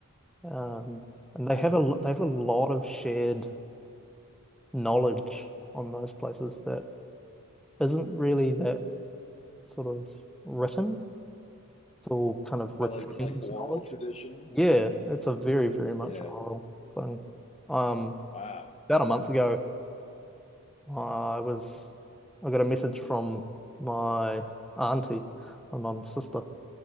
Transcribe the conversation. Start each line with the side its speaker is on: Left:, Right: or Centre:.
Centre: Um and
Left: Yeah,
Centre: they have
Left: man.
Centre: a lo- they
Left: That's
Centre: have a
Left: awesome.
Centre: lot of shared knowledge on those places that isn't really that sort of written. It's all kind of retained
Left: I like it's like oral
Centre: knowledge.
Left: tradition.
Centre: Yeah, it's a very, very much
Left: Yeah.
Centre: oral thing. Um,
Left: Wow.
Centre: about a month
Left: That's
Centre: ago
Left: neat.
Centre: I was I got a message from my auntie, my mum's sister,